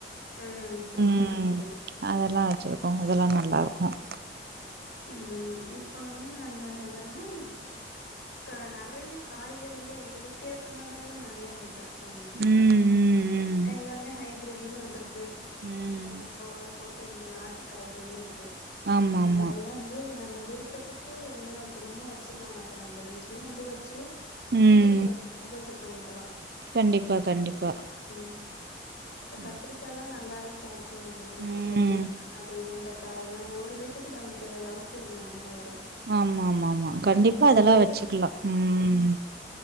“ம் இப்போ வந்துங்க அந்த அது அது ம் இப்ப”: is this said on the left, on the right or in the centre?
Left